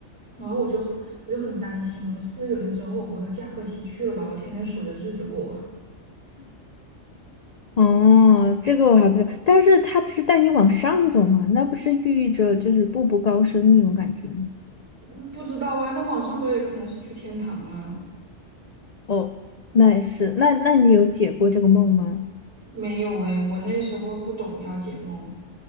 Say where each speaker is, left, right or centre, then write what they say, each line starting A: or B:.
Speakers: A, on the right; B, on the left.
A: 然后我就很我就很担心，我说四十九天之后我不就驾鹤西去了吧？我天天数着日子过，
B: 哦，这个我还不知道，但是它不是带你往上走吗？那不是寓意着就是步步高升那种感觉吗？
A: 嗯不知道啊，那往上走也可能是去天堂啊。
B: 哦，那也是，那那你有解过这个梦吗？
A: 没有诶，我那时候不懂要解梦。